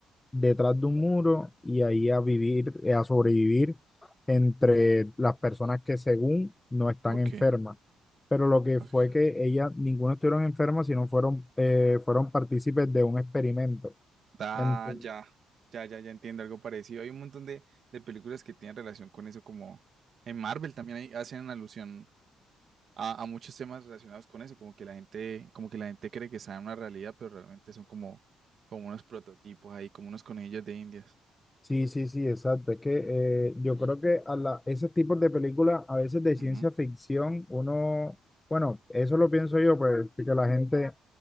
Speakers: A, on the left; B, on the right.
A: detrás de un muro y ahí a vivir, eh, a sobrevivir entre las personas que según no están
B: ok,
A: enfermas. Pero lo que
B: ok,
A: fue que ellas, ninguno estuvieron enfermas, sino fueron, eh, fueron partícipes de un experimento.
B: Ah,
A: Ento-
B: ya, ya, ya, ya entiendo algo parecido. Hay un montón de, de películas que tienen relación con eso, como en Marvel también hay- hacen alusión a, a muchos temas relacionados con eso, como que la gente, como que la gente cree que sabe una realidad, pero realmente son como, como unos prototipos ahí, como unos conejillos de indias.
A: sí, sí, sí, exacto. Es que eh, yo creo que a la, ese tipo de películas, a veces de
B: Ujú.
A: ciencia ficción, uno, bueno, eso lo pienso yo, pues, que la gente,